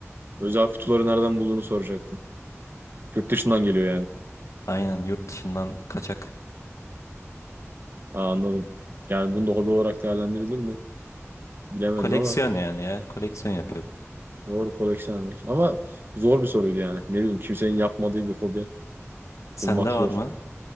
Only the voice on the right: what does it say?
özel kutuları nereden bulduğunu soracaktım. Yurt dışından geliyor yani.
Aa, anladım. Yani bunu da hobi olarak değerlendirilir mi? Bilemedim
ama
doğru koleksiyonlar. Ama zor bir soruydu yani. Ne bileyim kimsenin yapmadığı bir hobi
bulmak zor.